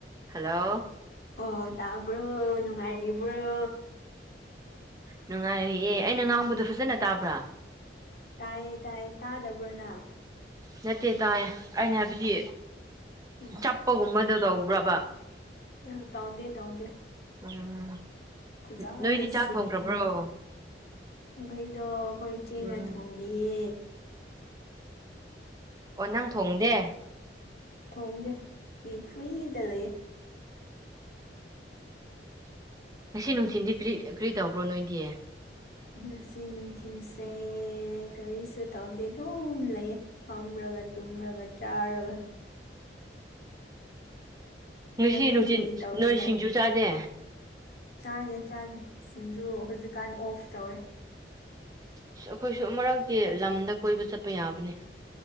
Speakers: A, on the right; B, on the left.
A: hello
B: ꯑꯣ ꯇꯥꯕ꯭ꯔꯣ ꯅꯨꯡꯉꯥꯏꯔꯤꯕ꯭ꯔꯣ
A: ꯅꯨꯡꯉꯥꯏꯔꯤ ꯑꯦ ꯑꯩꯅ ꯉꯥꯡꯕꯗꯣ ꯐꯖꯅ ꯇꯥꯕ꯭ꯔꯥ
B: ꯇꯥꯏꯌꯦ ꯇꯥꯏꯌꯦ ꯇꯥꯗꯕ꯭ꯔꯣꯅꯪ
A: ꯅꯠꯇꯦ ꯇꯥꯏ ꯑꯩꯅ ꯍꯥꯏꯕꯗꯤ
B: ꯎꯝ
A: ꯆꯞꯄꯒꯨꯝꯕꯗꯣ ꯇꯧꯕ꯭ꯔꯕꯥ
B: ꯑ ꯇꯧꯗꯦ ꯇꯧꯗꯦ
A: ꯎꯝ
B: ꯐꯖꯅ
A: ꯅꯣꯏꯗꯤ ꯆꯥꯛ
B: ꯁꯦꯡꯅ
A: ꯊꯣꯡꯈ꯭ꯔꯕ꯭ꯔꯣ
B: ꯒꯔꯤꯗꯣ ꯑꯩꯈꯣꯏ ꯏꯆꯦꯅ
A: ꯎꯝ
B: ꯊꯣꯡꯉꯤꯌꯦ
A: ꯑꯣ ꯅꯪ ꯊꯣꯡꯗꯦ
B: ꯊꯣꯡꯗꯦ ꯐ꯭ꯔꯔꯤ ꯗ ꯂꯩꯌꯦ
A: ꯉꯁꯤ ꯅꯨꯡꯊꯤꯟꯗꯤ ꯀꯔꯤ ꯀꯔꯤ ꯇꯧꯕ꯭ꯔꯣ ꯅꯣꯏꯗꯤ
B: ꯉꯁꯤ ꯅꯨꯡꯊꯤꯜꯁꯦ ꯀꯔꯤꯁꯨ ꯇꯧꯗꯦ ꯑꯗꯨꯝ ꯂꯩ ꯐꯝꯔ ꯇꯨꯝꯔꯒ ꯆꯥꯔꯒ
A: ꯉꯁꯤ
B: ꯅꯪꯗꯤ
A: ꯅꯨꯡꯊꯤꯟ
B: ꯀꯔꯤ ꯇꯧꯒꯦ
A: ꯅꯣꯏ ꯁꯤꯡꯖꯨ ꯆꯥꯗꯦ
B: ꯆꯥꯗꯦ ꯆꯥꯗꯦ ꯁꯤꯡꯖꯨ ꯍꯧꯖꯤꯛꯀꯥꯟ ꯑꯣꯐ ꯇꯧꯋꯦ
A: ꯑꯁ ꯑꯩꯈꯣꯏꯁꯨ ꯑꯃꯛꯔꯛꯇꯤ ꯂꯝꯗ ꯀꯣꯏꯕ ꯆꯠꯄ ꯌꯥꯕꯅꯤ